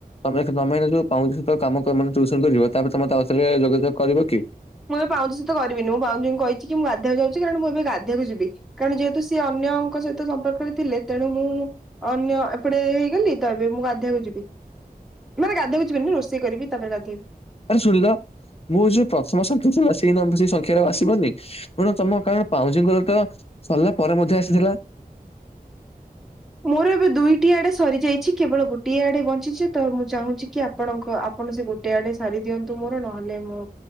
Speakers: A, on the left; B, in the centre.
A: ତମେ ତମେ ଏଇନା ଯୋଉ ପାଉଁଜି ସହିତ କାମ ମାନେ ଟ୍ୟୁସନ୍ କରିବ ତାପରେ ତମେ ମତେ ଆଉ ଥରେ ଯୋଗାଯୋଗ କରିବ କି?
B: ମୁଁ ଏବେ ପାଉଁଜି ସହିତ କରିବି ନି ମୁଁ ପାଉଁଜିଙ୍କୁ କହିଚି କି ଗାଧେଇଆକୁ ଯାଉଚି କାରଣ ମୁଁ ଏବେ ଗାଧେଇଆକୁ ଯିବି କାରଣ ଯେହେତୁ ସିଏ ଅନ୍ ନ୍ୟଙ୍କ ସହିତ ସମ୍ପର୍କରେ ଥିଲେ ତେଣୁ ମୁଁ ଅନ୍ୟ ଏପଟେ ହେଇଗଲି ତ ଏବେ ମୁଁ ଗାଧେଇଆକୁ ଯିବି। ମାନେ ଗାଧେଇଆକୁ ଯିବିନି ରୋଷେଇ କରିବି ତାପରେ ଗାଧେଇବି।
A: ଆରେ ଶୁଣିଲ ମୋର ଯୋଉ ପ୍ରଥମ ସଂଖ୍ୟା ଥିଲା ସେଇ ନମ୍ୱ ସେ ସଂଖ୍ ଖ୍ୟାର ଆଉ ଆସିବନି ତମ କାରଣ ପାଉଁଜିଙ୍କର ତ ସରିଲା ପରେ ମଧ୍ୟ ଆସିଥିଲା। <inaudible>
B: ମୋର ଏବେ ଦୁଇଟି ଆଡେ ସରିଯାଇଛି କେବଳ ଗୋଟିଏ ଆଡେ ବଞ୍ଚିଛି ତ ମୁଁ ଚାହୁଁଛି କି ଆପଣଙ୍କ ଆପଣ ସେ ଗୋଟେ ଆଡେ ସାରି ଦିଅନ୍ତୁ ମୋର ନହେଲେ ମୁଁ